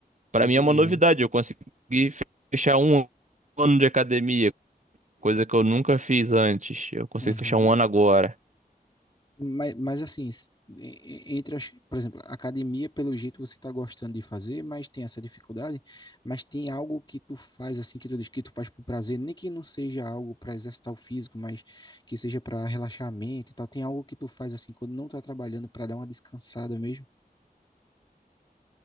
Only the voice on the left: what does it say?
Não,
tô
ligado.
Uhum.
Mas, mas assim, s- e- e- entre as, por exemplo, a academia, pelo jeito você está gostando de fazer, mas tem essa dificuldade, mas tem algo que tu faz assim, que tu diz que tu faz por prazer, nem que não seja algo para exercitar o físico, mas que seja para relaxar a mente e tal. Tem algo que tu faz assim, quando não tá trabalhando, para dar uma descansada mesmo?